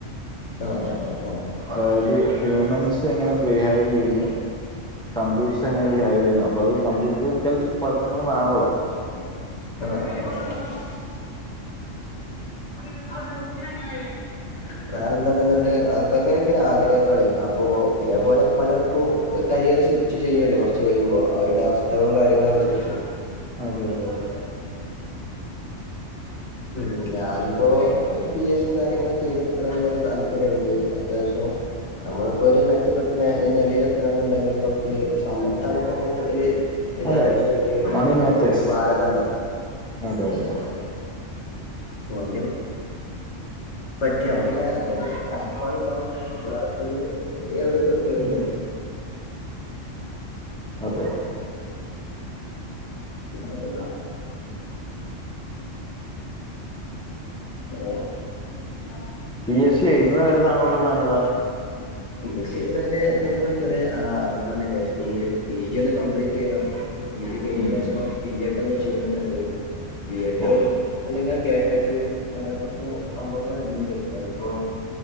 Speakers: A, on the left; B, in the centre.
A: ആ അ അ അ
B: അതായത് ഹ്യൂമൻസ് എങ്ങനെ ബിഹേവ് ചെയ്യുന്നു കമ്പ്യൂട്ട്സെങ്ങനെ ഡിഹൈവ് ചെയ്യുന്നു അപ്പത് കമ്പ്യൂട്ടറിക്കൽ പഠനങ്ങളുമാണല്ലോ.
A: കോപ്പിയല്ല ആഹ് ആഹ് ആഹ് <unintelligible> വേറെന്താണ്ങ്ങട്ട് അതിപ്പോ ഇങ്ങനെയൊക്കെയാണ് ആഗ്രഹങ്ങള് അപ്പൊ ഇതോ പോലെ പലർക്കും കരിയർ സ്വിച്ച് ചെയ്യല്ലോ കുറച്ച് കയ്യ്മ്പോ അവരുടെ അവസ്ഥകളും കാര്യങ്ങളും അനുസരിച്ച്.
B: അതെ അതെ അതെ
A: ഉം ഞാനിപ്പോ പി എസിം കാര്യങ്ങളൊക്കെ എഴുതിയൊടുക്കണന്ന് ഒര് താല്പര്യണ്ട് അത്യാവശ്യം നമ്മള്പ്പോ ഒരു മെച്ചപ്പെട്ട നെലയിൽ ത്തണംന്ന്ണ്ടെങ്കില് കൊറ്ച്ച് സമ്പത്താണ്പ്പോ മൊത്തത്തില് എല്ലാത്തിന്റെ
B: അതെ
A: ഒരു
B: മണി മാറ്റേഴ്സ്
A: ഒരു മാനദണ്ഡം
B: അതെ അതെ അതെ
A: <unintelligible> പറ്റ്യമ്മ ങ്ങനെ അത്യാവശ്യം കഷ്ടപ്പാടുണ്ടാവും കഷ്ടപ്പെടാതെ പ്പൊരു എവിടെപ്പോ എത്തുകല്ലല്ലോ.
B: ഉം അതെ അതെ
A: പിന്നെപ്പെന്താ? ആ ന്നാ
B: പി എസ് സി എഴുതുന്ന വരെ താങ്കളുടെ പ്ലാൻ ഏതാ?
A: പിഎസ് സി എയ്തിണെരെ എന്തെങ്കിലും ചെറിയ ആഹ് ഞാ പറ്ഞ്ഞിലെ ഈഹ് പി ജി യൊന്ന് കംപ്ലീറ്റെയ്യണം. എയ്തികഴിഞ്ഞേനെശം
B: ഉം ഉം
A: ബിഎഡൊന്ന് ചെയ്യണന്ന്ണ്ട്. ബിഎഡൊ
B: ഓ
A: അല്ലെങ്കിൽ ആ കേട്ടട്ട് അങ്ങനെ കൊറച്ച് സംഭവങ്ങള്ണ്ട് അതിപ്പോ